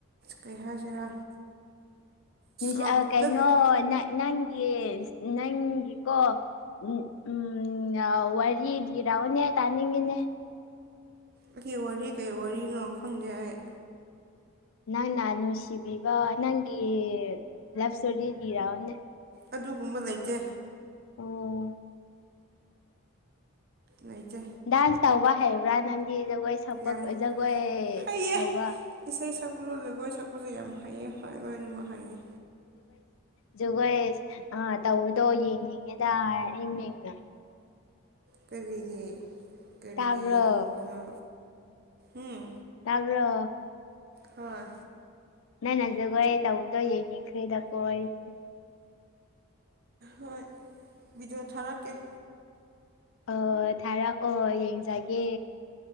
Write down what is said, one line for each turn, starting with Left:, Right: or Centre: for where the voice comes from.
Right: ꯀꯩ ꯍꯥꯏꯁꯤꯔꯥ
Left: ꯅꯨꯡꯁꯤꯠ
Right: ꯂꯧꯕꯨꯛꯇ
Left: ꯀꯩꯅꯣ
Right: ꯀꯩ
Left: ꯅꯪꯒꯤ ꯅꯪꯒꯤꯀꯣ ꯎꯝ ꯎꯝ ꯋꯥꯔꯤ ꯂꯤꯔꯥꯛꯑꯣꯅꯦ ꯇꯥꯅꯤꯡꯉꯤꯅꯦ
Right: ꯑꯩꯒꯤ ꯋꯥꯔꯤ ꯀꯔꯤ ꯋꯥꯔꯤꯅꯣ ꯈꯪꯗꯦ ꯑꯩ
Left: ꯅꯪ ꯅꯜꯁꯤꯕꯕ ꯅꯪꯒꯤ ꯂꯕ ꯁꯇꯣꯔꯤꯤꯔꯥꯅ
Right: ꯑꯗꯨꯒꯨꯝꯕ ꯂꯩꯇꯦ
Left: ꯑꯣ
Right: ꯂꯩꯇꯦ
Left: ꯗꯥꯟꯁ ꯇꯧꯕ ꯍꯥꯏꯕ꯭ꯔꯥ ꯅꯪꯒꯤ ꯖꯒꯣꯏ ꯁꯄ
Right: ꯌꯥꯝ
Left: ꯖꯒꯣꯏ
Right: ꯍꯩꯌꯦ
Left: ꯇꯧꯕ
Right: ꯏꯁꯩ ꯁꯛꯄꯁꯨ ꯖꯒꯣꯏ ꯁꯛꯄꯁꯨ ꯌꯥꯝ ꯍꯩꯌꯦ ꯍꯣꯏ ꯂꯣꯏꯅꯃꯛ ꯍꯥꯏꯌꯦ
Left: ꯖꯨꯒꯣꯏꯁ ꯑ ꯇꯧꯕꯗꯣ ꯌꯦꯡꯅꯤꯡꯉꯦꯗ ꯏ ꯃꯤꯡꯅ
Right: ꯀꯔꯤꯒꯤ ꯀꯔꯤꯒꯤ
Left: ꯇꯥꯕ꯭ꯔꯣ
Right: ꯌꯦꯡꯕꯅꯣ ꯎꯝ
Left: ꯇꯥꯕ꯭ꯔꯣ
Right: ꯍꯣꯏ
Left: ꯅ ꯅ ꯖꯒꯣꯏ ꯇꯧꯗꯅꯤꯈꯔꯤꯗꯀꯁꯦ
Right: ꯍꯣꯏ ꯕꯤꯗꯤꯑꯣ ꯊꯥꯔꯛꯀꯦ
Left: ꯑ ꯊꯥꯔꯛꯑꯣ ꯌꯦꯡꯖꯒꯦ